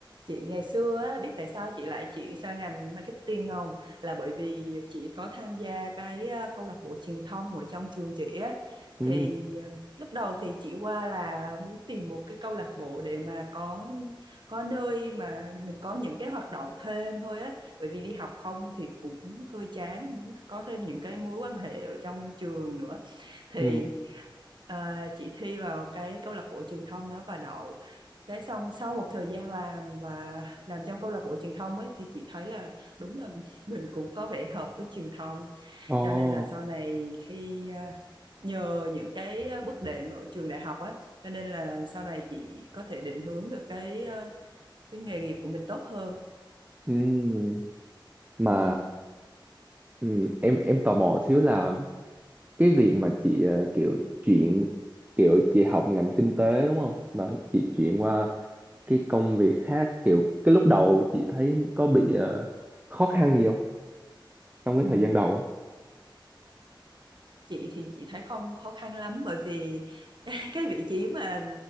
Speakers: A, on the right; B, on the right.
A: Chị ngày xưa á, biết tại sao chị lại chuyển sang ngành marketing không? Là bởi vì chị có tham gia cái ờ, câu lạc bộ truyền thông ở trong trường chị á.
B: Ừ,
A: Thì ờ, lúc đầu thì chị qua là muốn tìm một cái câu lạc bộ để mà có có nơi mà mình có những cái hoạt động thêm thôi á. Bởi vì đi học không thì cũng hơi chán, muốn có thêm những cái mối quan hệ ở trong trường nữa. Thì
B: ừ,
A: à, chị thi vào cái câu lạc bộ truyền thông đó và đậu cái xong sau một thời gian làm và làm trong câu lạc bộ truyền thông ấy thì chị thấy là đúng là <laughs> mình cũng có vẻ hợp với truyền thông
B: ồ,
A: cho nên là sau này khi à, nhờ những cái à, bước đệm ở trường đại học á cho nên là sau này chị có thể định hướng được cái à, cái nghề nghiệp của mình tốt hơn
B: ừ. Mà
A: ừ.
B: ừ, em em tò mò xíu là cái việc mà chị ờ, kiểu chuyển kiểu chị học ngành kinh tế đúng không mà chị chuyển qua cái công việc khác kiểu cái lúc đầu chị thấy có bị ờ, khó khăn gì không trong cái
A: Ừ.
B: thời gian đầu á
A: chị thì chị thấy không khó khăn lắm bởi vì cái <laughs> cái vị trí mà